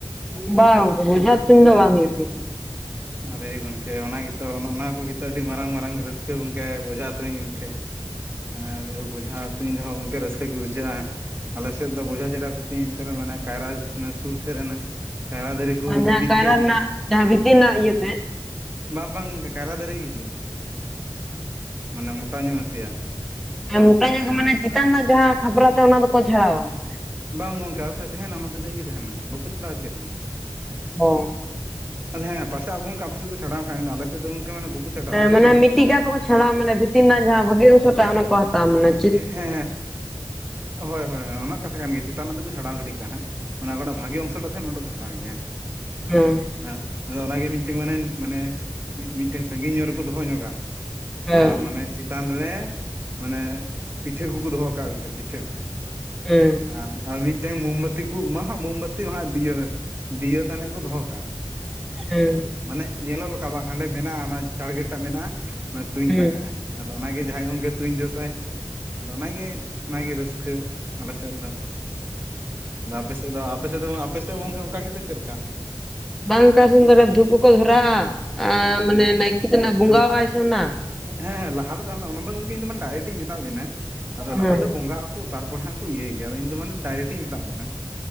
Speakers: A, in the centre; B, on the right.
A: ᱵᱟᱝ ᱜᱚᱝᱠᱮ ᱵᱚᱡᱷᱟ ᱛᱩᱧ ᱫᱚ ᱵᱟᱝ ᱦᱩᱭᱩᱜ ᱜᱮᱭᱟ ᱾
B: ᱟᱨᱮ ᱜᱚᱝᱠᱮ ᱚᱱᱟ ᱜᱮᱛᱚ ᱚᱱᱮ ᱚᱱᱟ ᱠᱚᱜᱮ ᱛᱚ ᱟᱹᱰᱤ ᱢᱟᱨᱟᱝ ᱢᱟᱨᱟᱝ ᱨᱟᱹᱥ ᱜᱚᱝᱠᱮ ᱵᱚᱡᱷᱟ ᱛᱩᱧ ᱜᱚᱝᱠᱮ ᱟᱨ ᱵᱚᱡᱷᱟ ᱾ ᱤᱧ ᱫᱚ ᱦᱟᱸᱜ ᱜᱚᱝᱠᱮ ᱨᱟᱹᱥᱠᱟᱹ ᱜᱮ ᱵᱩᱡᱷᱟᱹᱜᱼᱟ ᱾ ᱟᱞᱮᱥᱮᱫ ᱫᱚ ᱵᱚᱡᱷᱟ ᱪᱮᱠᱟ ᱠᱚ ᱛᱩᱧᱟ ᱮᱱᱛᱮ ᱨᱮᱦᱚᱸ ᱢᱟᱱᱮ ᱠᱟᱭᱨᱟ ᱥᱩᱨ ᱥᱮᱫ ᱨᱮᱱᱟᱜ ᱠᱟᱭᱨᱟ ᱫᱟᱨᱤ ᱾ ᱠᱚ
A: ᱡᱟᱦᱟᱸ
B: ᱵᱤᱛ
A: ᱠᱟᱭᱨᱟ
B: ᱠᱮᱫ ᱜᱮ
A: ᱨᱮᱱᱟᱜ
B: ᱾
A: ᱡᱟᱦᱟᱸ ᱵᱷᱤᱛᱤᱨ ᱱᱟᱜ ᱤᱭᱟᱹᱛᱮᱜ ᱾
B: ᱵᱟᱝ ᱵᱟᱝ ᱜᱚᱝᱠᱮ ᱠᱟᱭᱨᱟ ᱫᱟᱨᱤ ᱜᱮ ᱢᱟᱱᱮ ᱢᱚᱴᱟ ᱧᱚᱜ ᱱᱟᱥᱮᱭᱟᱜ ᱾
A: ᱢᱚᱴᱟ ᱧᱚᱜ ᱡᱟᱜᱟ ᱢᱟᱱᱮ ᱪᱮᱛᱟᱱ ᱨᱮᱱᱟᱜ ᱡᱟᱦᱟᱸ ᱠᱷᱟᱯᱨᱟ ᱛᱮᱫ ᱚᱱᱟ ᱫᱚᱠᱚ ᱪᱷᱟᱲᱟᱣᱼᱟ ᱾
B: ᱵᱟᱝ ᱜᱚᱝᱠᱮ ᱟᱞᱮᱥᱮᱫ ᱛᱟᱦᱮᱱᱟ ᱚᱱᱟ ᱥᱛᱮᱫ ᱜᱮ ᱛᱟᱦᱮᱱᱟ ᱵᱟᱠᱩ ᱪᱷᱟᱲᱟᱼᱟ ᱪᱮᱫ ᱦᱚᱸ
A: ᱚ
B: ᱛᱟᱞᱦᱮ ᱯᱟᱥᱮᱜ ᱜᱚᱢᱠᱮ ᱟᱯᱮ ᱥᱮᱫ ᱠᱚ ᱪᱷᱟᱰᱟᱣ ᱠᱟᱜ ᱟᱞᱮ ᱥᱮᱫ ᱫᱚ ᱢᱟᱱᱮ ᱜᱚᱝᱠᱮ ᱵᱟᱩᱠ ᱾
A: ᱢᱟᱱᱮ ᱢᱤᱫᱴᱤᱪ ᱜᱟᱜ ᱫᱚᱠᱚ ᱪᱷᱟᱲᱟᱣᱼᱟ ᱢᱟᱱᱮ ᱵᱷᱤᱛᱤᱨ ᱨᱮᱱᱟᱜ ᱡᱟᱦᱟ ᱵᱷᱟᱜᱮ ᱚᱝᱥᱚᱴᱟᱜ ᱚᱱᱟ ᱠᱚ ᱦᱟᱛᱟᱣᱼᱟ ᱢᱟᱱᱮ ᱾
B: ᱦᱮ ᱦᱳᱭ ᱦᱳᱭ ᱚᱱᱟ ᱠᱟᱛᱷᱟ ᱠᱟᱱ ᱜᱮᱭᱟ ᱪᱮᱛᱟᱱ ᱨᱮᱱᱟᱜ ᱫᱚᱠᱚ ᱪᱷᱟᱲᱟᱣ ᱜᱤᱰᱤ ᱠᱟᱜᱼᱟ ᱾ ᱚᱱᱟ ᱚᱠᱟᱴᱟᱜ ᱵᱷᱟᱹᱜᱤ ᱚᱝᱥᱚ ᱴᱟᱜ ᱛᱟᱦᱮᱱᱟ ᱚᱱᱟ ᱠᱚ ᱦᱟᱛᱟᱣ ᱜᱮᱭᱟ ᱾
A: ᱦᱮᱸ᱾
B: ᱟᱸᱜ ᱟᱫᱚ ᱚᱱᱟᱜᱮ ᱢᱤᱫᱴᱮᱱ ᱢᱟᱱᱮ ᱢᱟᱱᱮ ᱢᱤᱫᱼ ᱢᱤᱫ ᱾ ᱢᱤᱫᱴᱮᱱ ᱥᱟᱺᱜᱤᱧ ᱧᱚᱜ ᱨᱮᱠᱚ ᱫᱚᱦᱚ ᱧᱚᱜᱼᱟ
A: ᱦᱮᱸ
B: ᱟᱨ ᱢᱟᱱᱮ ᱪᱮᱛᱟᱱ ᱨᱮ ᱢᱟᱱᱮ ᱾ ᱯᱤᱴᱷᱟᱹ ᱠᱩᱠᱩ ᱫᱚᱦᱚ ᱠᱟᱜᱼᱟ ᱜᱚᱝᱠᱮ ᱯᱤᱴᱷᱟᱹ
A: ᱦᱮᱸ
B: ᱟᱨ ᱟᱨ ᱢᱤᱫᱴᱮᱱ ᱢᱳᱢᱵᱟᱛᱤ ᱾ ᱛᱤᱠᱩ ᱢᱟᱦᱟᱜ ᱢᱳᱢᱵᱟᱛᱤ ᱦᱟᱜ ᱫᱤᱭᱟᱹ ᱫᱤᱭᱟᱹ ᱛᱟᱱᱤᱭ ᱠᱚ ᱫᱚᱦᱚ ᱠᱟᱜᱼᱟ ᱾
A: ᱦᱩᱸ
B: ᱢᱟᱱᱮ ᱧᱮᱞᱚᱜ ᱞᱮᱠᱟ ᱵᱟᱝ ᱦᱟᱱᱰᱮ ᱢᱮᱱᱟᱜᱼᱟ ᱚᱱᱟ ᱴᱟᱨᱜᱮᱴ ᱴᱟᱜ ᱢᱮᱱᱟᱜᱼᱟ ᱚᱱᱟ ᱛᱩᱧ
A: ᱦᱮᱸ
B: ᱞᱟᱜᱟᱜᱼᱟ ᱾ ᱟᱫᱚ ᱚᱱᱟᱜᱮ ᱡᱟᱦᱟᱭ ᱜᱚᱝᱠᱮ ᱛᱩᱧ ᱡᱚᱥᱟᱭ ᱾ ᱟᱫᱚ ᱚᱱᱟᱜᱮ ᱚᱱᱟᱜᱮ ᱨᱟᱹᱥᱠᱟᱹ ᱾ ᱟᱞᱮ ᱥᱮᱫ ᱫᱚ ᱟᱫᱚ ᱟᱯᱮ ᱥᱮᱫ ᱫᱚ ᱟᱯᱮ ᱥᱮᱫ ᱫᱚ ᱟᱯᱮᱥᱮᱫ ᱜᱚᱝᱠᱮ ᱚᱱᱠᱟ ᱜᱮᱥᱮ ᱪᱮᱫ ᱞᱮᱠᱟ ᱾
A: ᱵᱟᱝᱚᱱᱠᱟ ᱥᱮ ᱫᱷᱩᱯ ᱠᱚᱠᱚ ᱫᱷᱚᱨᱟᱣ ᱟᱜᱼᱟᱭ ᱟᱨ ᱢᱟᱱᱮ
B: ᱦᱮᱸ
A: ᱱᱟᱭᱠᱮ ᱛᱟᱱᱟᱜ ᱵᱚᱝᱜᱟᱣᱟᱜᱼᱟᱭ
B: ᱦᱮᱸ
A: ᱥᱮ ᱚᱱᱟ ᱾
B: ᱦᱮᱸ ᱦᱮᱸ ᱞᱟᱦᱟᱨᱮ ᱛᱟᱸᱦᱮᱱᱟ ᱚᱱᱟ ᱫᱚ ᱜᱚᱝᱠᱮ ᱤᱧ ᱫᱚ ᱢᱟᱱᱮ ᱰᱟᱭᱨᱮᱠᱴ ᱤᱧ ᱢᱮᱛᱟᱜ ᱵᱤᱱᱟ ᱾ ᱟᱫᱚ
A: ᱦᱮᱸ
B: ᱞᱟᱦᱟ ᱨᱮᱫᱚ ᱵᱚᱝᱜᱟᱜ ᱟᱠᱩ ᱛᱟᱨᱯᱚᱨᱮ ᱦᱟᱜ ᱠᱚ ᱤᱭᱟᱹᱭ ᱜᱮᱭᱟ ᱟᱫᱚ ᱤᱧ ᱫᱚ ᱢᱟᱱᱮ ᱰᱟᱭᱨᱮᱠᱴ ᱤᱧ ᱢᱮᱛᱟᱫ ᱵᱤᱱᱟ ᱾